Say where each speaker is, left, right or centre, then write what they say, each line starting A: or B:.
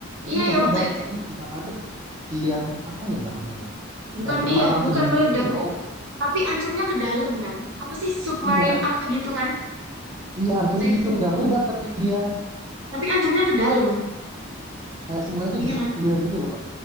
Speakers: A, on the right (about 20°); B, on the right (about 65°).
A: itu
B: iya
A: bukan
B: ya
A: meledak
B: waktu itu
A: tapi si kapal itu si yang apa ya namanya ya
B: bukan
A: yang termahal
B: iya bukan
A: sedunia
B: meledak
A: itu loh
B: tapi ancurnya ke dalam kan apa sih submarine
A: iya
B: apa gitu kan
A: iya hancurnya
B: waktu itu
A: gitu nggak meledak tapi dia
B: tapi ancurnya ke dalam
A: kayak semuanya tuh
B: iya
A: disappear
B: kan
A: gitu loh